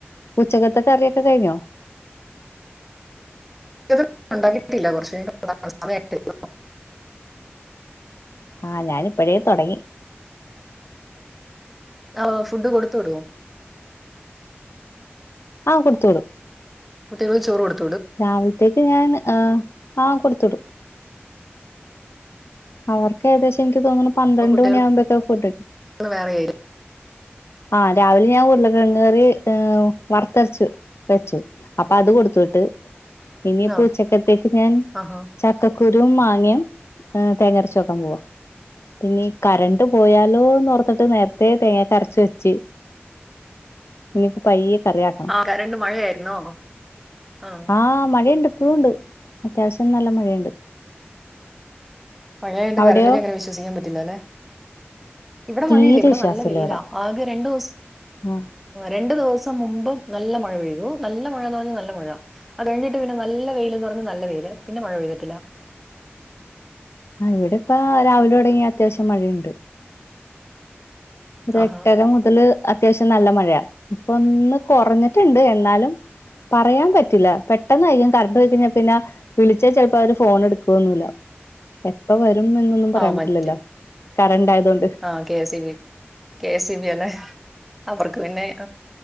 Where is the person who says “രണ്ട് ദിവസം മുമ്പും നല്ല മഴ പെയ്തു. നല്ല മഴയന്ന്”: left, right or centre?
Centre